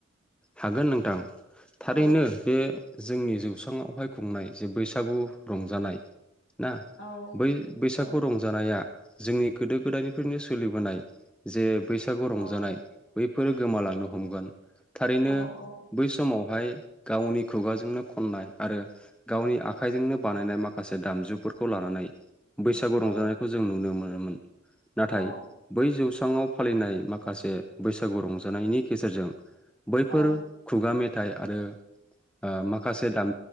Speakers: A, in the centre; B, on the left.
A: हागोन नोंथां थारैनो
B: औ
A: बे जोंनि जौस ङावहाय खुंनाय जे बैसागु रंजानाय ना
B: औ
A: बै बैसागु
B: औ
A: रंजानाया जोंनि गोदो गोदायनिफ्रायनो सोलिबोनाय जे बैसागु रंजानाय
B: औ
A: बैफोरो गोमालांनो
B: उम
A: हमगोन। दिनो
B: औ औ
A: बै समावहाय गावनि खुगाजोंनो खननाय आरो गावनि आखाइजोंनो बानायनाय माखासे दामजुफोरखौ लानानै बैसागु रंजानायखौ
B: औ
A: जों नुनो मोन। मोन नाथाय
B: औ
A: बै जौसाङाव फालिनाय माखासे बैसागु रंजानायनि गेजेरजों बैफोर
B: औ
A: खुगा मेथ आरो ओ माखासे दाम